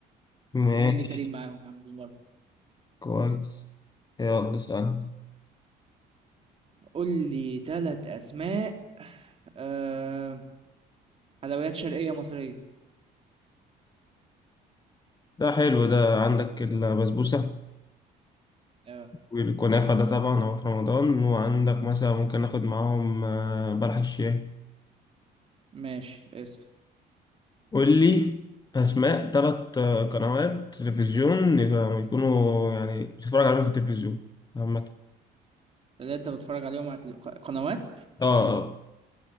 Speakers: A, on the left; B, on the right.
A: ماشي
B: ونيلي كريم معاهم يا عم بالمرة
A: كويس يلا سأل
B: قول لي ثلاث أسماء آه... حلويات شرقية مصرية
A: ده حلو ده عندك البسبوسة
B: اه
A: والكنافة ده طبعا هو في رمضان وعندك مثلا ممكن ناخد معاهم آه، بلح الشاي
B: ماشي اسف
A: قول لي أسماء ثلاث قنوات تلفزيون يبقى- يكونوا يعني بتتفرج عليهم في التلفزيون عامة
B: ثلاثة بتفرج عليهم على تل- ق- قنوات
A: اه اه